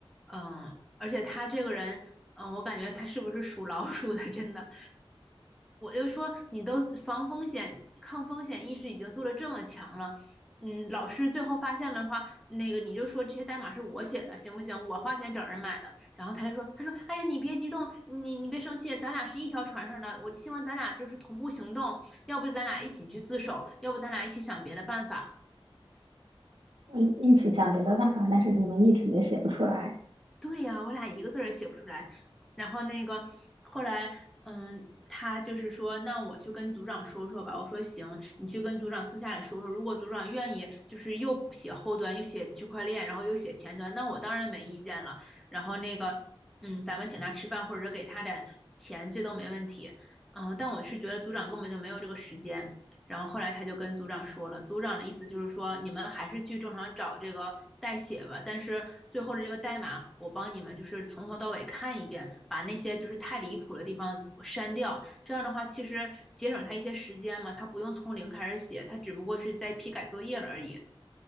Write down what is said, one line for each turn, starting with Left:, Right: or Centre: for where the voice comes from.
Centre: 嗯，而且他这个人，嗯，我感觉他是不是属老鼠的？<laughs> 真的，我就说你都防风险、抗风险意识已经做得这么强了，嗯，老师最后发现了的话，那个你就说这些代码是我写的，行不行？我花钱找人买的。然后他就说，他说，哎呀，你别激动，你你别生气，咱俩是一条船上的，我希望咱俩就是同步行动，要不咱俩一起去自首，要不咱俩一起想别的办法。
Right: 我一起想别的办法，但是你们一起也写不出来。
Centre: 对呀，我俩一个字儿也写不出来。然后那个后来，嗯，他就是说，那我去跟组长说说吧。我说行，你去跟组长私下里说说。如果组长愿意，就是又写后端，又写区块链，然后又写前端，那我当然没意见了。然后那个，嗯，咱们请他吃饭，或者是给他点钱，这都没问题。嗯，但我是觉得组长根本就没有这个时间。然后后来他就跟组长说了，组长的意思就是说，你们还是去正常找这个代写吧，但是最后的这个代码，我帮你们就是从头到尾看一遍，把那些就是太离谱的地方删掉。这样的话，其实节省他一些时间嘛，他不用从零开始写，他只不过是在批改作业了而已。